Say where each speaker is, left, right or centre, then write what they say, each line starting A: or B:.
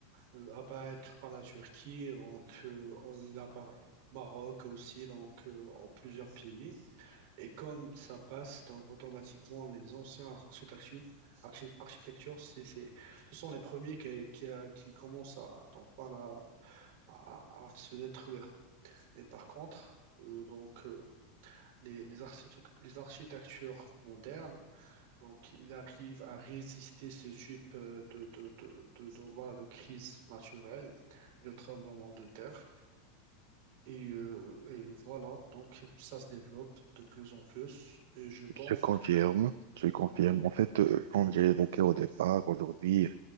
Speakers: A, on the right; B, on the right.
A: euh, apparaître à la Turquie, donc euh, il apparaît au Maroc aussi, donc euh, en plusieurs pays. Et comme ça passe, donc automatiquement, les anciens architectures, archi- architectures c'est, c'est, ce sont les premiers qui, qui, a- qui commencent à, donc, voilà, à, à se détruire. Et par contre, euh, donc, euh, les, les, architectures, les architectures modernes, donc, ils arrivent à résister ce type euh, de, de, de, de, de, voilà, de crise naturelle, de tremblement de terre. Et, euh, et voilà, donc ça se développe de plus en plus. Et je pense
B: Je confirme,
A: que...
B: je confirme.
A: Oui.
B: En fait, euh, comme j'ai évoqué au départ, aujourd'hui,